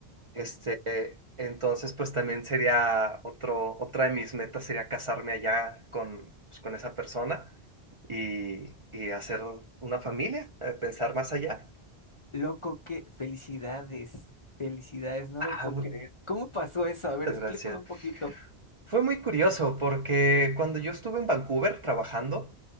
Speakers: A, on the right (about 35°); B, on the left (about 35°).
A: Este, entonces, pues también sería otro, otra de mis metas sería casarme allá con, pues, con esa persona y, y hacer una familia, eh, pensar más allá.
B: loco, qué felicidades. Felicidades, no
A: Ah,
B: lo puedo
A: muchas
B: creer. ¿Cómo pasó eso? A ver,
A: gracias.
B: explícame un poquito.
A: Fue muy curioso porque cuando yo estuve en Vancouver trabajando,